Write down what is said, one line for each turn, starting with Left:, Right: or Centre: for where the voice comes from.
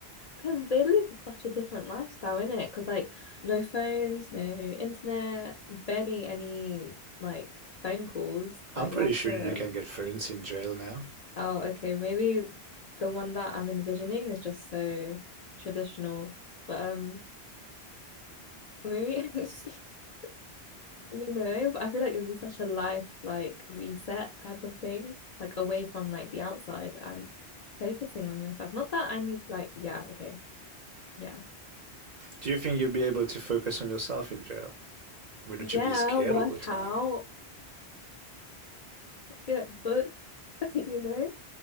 Left: Because they live such a different lifestyle, innit? Because like no phones, no internet, barely any like phone calls. Like
Right: I'm pretty
Left: you have
Right: sure
Left: to
Right: you can get phones in jail now.
Left: Oh, okay. Maybe the one that I'm envisioning is just so traditional. But um maybe <laughs> you know, I feel like it'd be such a life like reset type of thing, like away from like the outside and focusing on yourself. Not that I need like yeah, okay. Yeah.
Right: Do you think you'll be able to focus on yourself in jail? Wouldn't
Left: Yeah,
Right: you be scared
Left: work
Right: all the time?
Left: out, get booked, <laughs> you know.